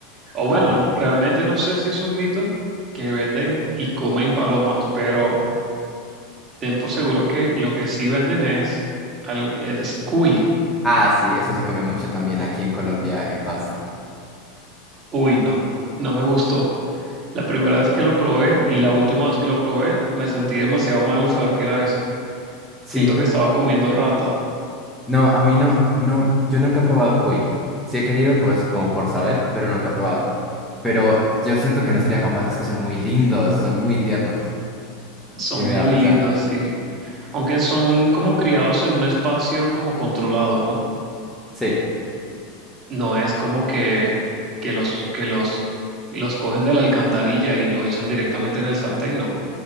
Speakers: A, on the right; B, in the centre.
A: O
B: Ah,
A: bueno, no, realmente no sé si es un mito que venden y comen palomas, pero ten por seguro que lo que sí venden es, al- es cuy.
B: Ah, sí, eso se come mucho también aquí en Colombia, en Pasto.
A: Uy, no, no me gustó. La primera vez que lo probé y la última vez que lo probé, me sentí demasiado mal al saber que era eso.
B: Sí,
A: Siento que estaba comiendo rata.
B: no, a mí no, no, yo nunca he probado cuy. Sí he querido, pues, como por saber, pero nunca he probado. Pero yo siento que no sería capaz, es que son muy lindos, son muy tiernos.
A: Son
B: Y me
A: muy
B: da pesar.
A: lindos y aunque son como criados en un espacio como controlado, ¿no?
B: Sí,
A: No es como que, que los, que los, los cogen de la alcantarilla y lo echan directamente en el sartén, no.